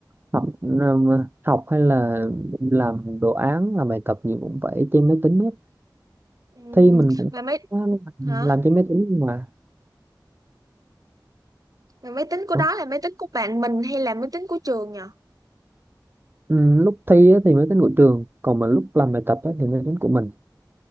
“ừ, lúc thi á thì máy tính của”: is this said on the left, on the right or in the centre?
Right